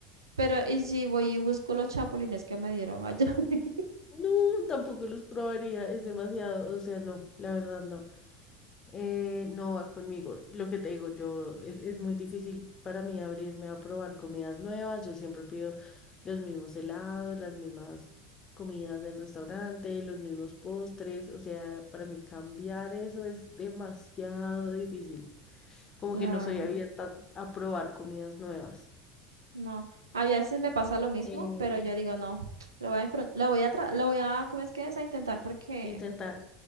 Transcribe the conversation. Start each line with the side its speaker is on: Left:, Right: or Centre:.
Right: pero ¿y si voy y busco los chapulines que me dieron allá? <laughs>
Left: No, tampoco los probaría, es demasiado, o sea, no, la verdad no. eh, no va conmigo. Lo que te digo, yo es, es muy difícil para mí abrirme a probar comidas nuevas. Yo siempre pido los mismos helados, las mismas comidas en restaurante, los mismos postres. O sea, para mí cambiar eso es demasiado difícil. Como
Right: Claro.
Left: que no soy abierta a probar comidas nuevas.
Right: No, a veces me pasa lo mismo,
Left: Eh,
Right: pero yo digo, no, <tsk> lo voy a, impro- lo voy a, tra- lo voy a, ¿cómo es que es? A intentar porque,
Left: intentar.